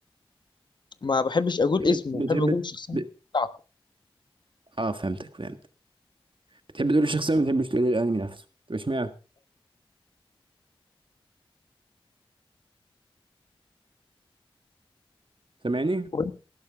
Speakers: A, on the left (about 50°); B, on the right (about 60°).
A: ما بحبش اقول
B: بتحب
A: اسمه
B: بتحب
A: بحب اقول الشخصيه
B: ب...
A: بتاعته
B: اه فهمتك فهمتك بتحب تقول الشخصيه ما بتحبش تقول الانمي نفسه طب اشمعنى سامعني
A: وإنت-